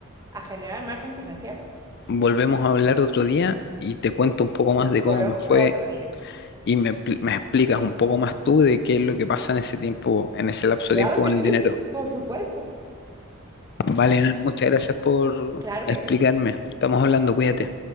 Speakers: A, on the right (about 15°); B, on the left (about 50°).
A: a generar margen financiero.
B: volvemos a hablar otro día y te cuento un poco más de cómo
A: Volvemos
B: me fue.
A: al otro día.
B: Y me, pl- me explicas un poco más tú de qué es lo que pasa en ese tiempo, en ese lapso
A: Claro
B: de tiempo
A: que
B: con el
A: sí,
B: dinero.
A: por supuesto.
B: Vale, Nan, muchas gracias por
A: Claro
B: explicarme.
A: que sí.
B: Estamos hablando, cuídate.